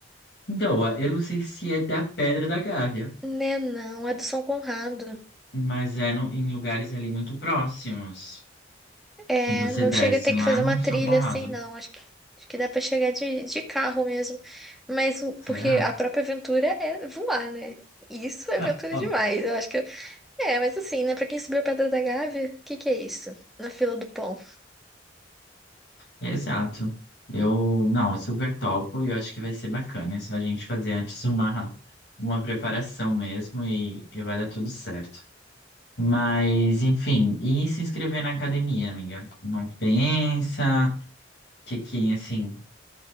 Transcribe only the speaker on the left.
Então, a- eu não sei se é da Pedra da Gávea,
mas é no- em lugares ali muito próximos.
E você
desce
lá
no
São Conrado.
Será?
<laughs>
Exato. Eu, não, eu super topo e eu acho que vai ser bacana. É só a gente fazer antes uma, uma preparação mesmo e, e vai dar tudo certo. Mas, enfim, e se inscrever na academia, amiga? Não pensa que, que assim,